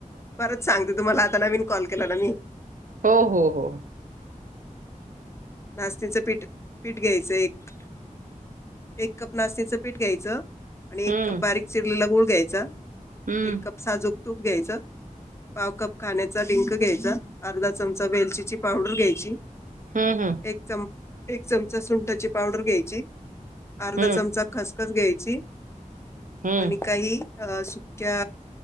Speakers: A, on the left (about 20°); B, on the right (about 70°).
A: परत सांगते तुम्हाला आता नवीन कॉल केला ना मी
B: हो हो हो.
A: नाचणीच पीठ. पीठ घ्यायचं एक- एक कप नास्तेचं पीठ घ्यायचं. आणि एक
B: हम्म
A: कप बारीक चिरलेला गूळ. घ्यायचा.
B: हम्म
A: एक कप साजुक - तूप घ्यायचं, पाव कप खाण्याचा डिंक घ्यायचा, अर्धा चमचा वेलचीची पावडर घ्यायची.
B: हम हम
A: एक चम एक चमचा सुंटाची- पावडर घ्यायची. अर्धा
B: हम्म
A: चमचा खस खस घ्यायची-
B: हम्म
A: आणि काही अ सु क्या